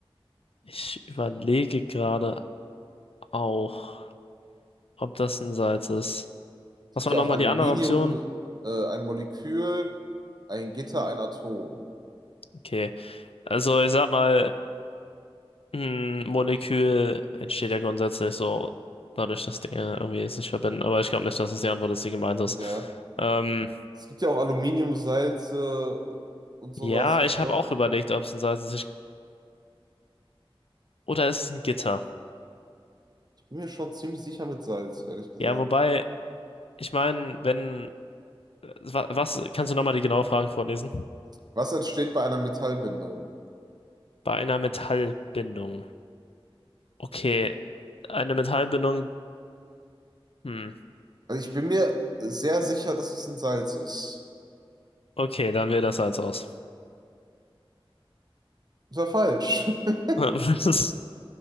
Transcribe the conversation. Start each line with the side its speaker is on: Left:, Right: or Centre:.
Left: Ich überlege gerade auch, ob das ein Salz ist.
Right: Es
Left: Was
Right: gibt
Left: waren
Right: ja
Left: nochmal
Right: auch Aluminium,
Left: die anderen Optionen?
Right: äh, ein Molekül, ein Gitter, ein Atom.
Left: Okay. Also ich sag mal, Ein Molekül entsteht ja grundsätzlich so dadurch, dass Dinge irgendwie sich verbinden, aber ich glaube nicht, dass das die Antwort ist, die gemeint ist.
Right: Ja,
Left: Ähm,
Right: es gibt ja auch Aluminiumsalze und sowas.
Left: ja,
Right: Ich
Left: ich
Right: glaube,
Left: habe auch überlegt, ob es ein Salz ist. Ich, oder ist es ein Gitter?
Right: ich bin mir schon ziemlich sicher mit Salz, ehrlich gesagt.
Left: Ja, wobei, ich meine, wenn. wa- Was, kannst du nochmal die genaue Frage vorlesen?
Right: Was entsteht bei einer Metallbindung?
Left: Bei einer Metallbindung. Okay, eine Metallbindung. Hm.
Right: Also ich bin mir sehr sicher, dass es ein Salz ist.
Left: Okay, dann wäre das Salz aus.
Right: Das war falsch. <laughs>
Left: <laughs> Das ist,